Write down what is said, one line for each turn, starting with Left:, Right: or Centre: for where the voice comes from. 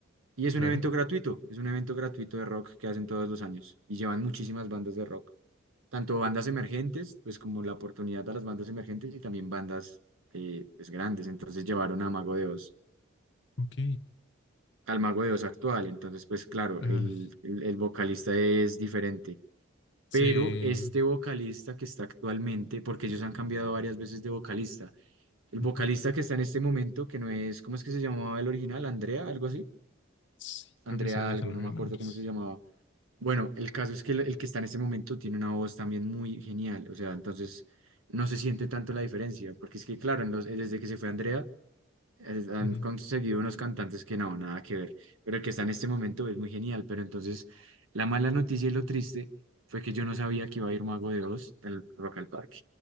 Right: Y es
Left: claro,
Right: un evento gratuito, es un evento gratuito de rock que hacen todos los años y llevan muchísimas bandas de rock. tanto bandas emergentes, pues como la oportunidad a las bandas emergentes y también bandas eh, pues grandes. Entonces llevaron a Mago de Oz,
Left: ok.
Right: al Mago de Oz actual. Entonces, pues claro,
Left: Ah,
Right: el, el, el vocalista es diferente.
Left: sí,
Right: Pero este vocalista que está actualmente, porque ellos han cambiado varias veces de vocalista, el
Left: Ujú.
Right: vocalista que está en este momento, que no es, ¿cómo es que se llamaba el original? Andrea, algo así.
Left: Sí,
Right: Andrea
Left: creo que sí, ahorita
Right: algo,
Left: no
Right: no
Left: veo
Right: me acuerdo
Left: nombres.
Right: cómo se llamaba. Bueno, el caso es que el, el que está en este momento tiene una voz también muy genial, o sea, entonces no se siente tanto la diferencia, porque es que, claro, en los- desde que se fue Andrea, eh, han
Left: Ujú.
Right: conseguido unos cantantes que no, nada que ver, pero el que está en este momento es muy genial, pero entonces la mala noticia y lo triste fue que yo no sabía que iba a ir Mago de Oz al Rock al Parque,